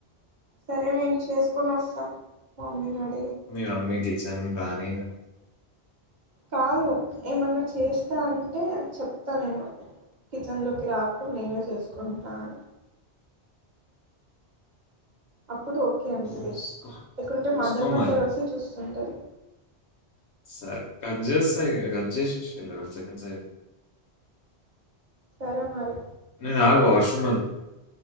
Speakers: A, on the right (about 45°); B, on the left (about 75°).
A: సరే నేను చేసుకొని వస్తా మమ్మీ నడి
B: మీ అమ్మికి సంబానేనా
A: కాదు ఏమన్నా చేస్తా అంటే చెప్తా నేను కిచెన్లోకి రాకు నేనే చేసుకుంటా అని అప్ ఇప్పుడు ఓకే అంటది
B: చూసుకో
A: లేకుంటే
B: చూసుకో
A: మధ్యల మధ్యల
B: మరి
A: వస్తే చూస్ ఉంటది
B: సార్ కట్ చేస్తా ఇగ కట్ లెవెన్ సెకండ్స్
A: సరే మరి
B: నేను ఆగు వాష్రూమ్ ఎల్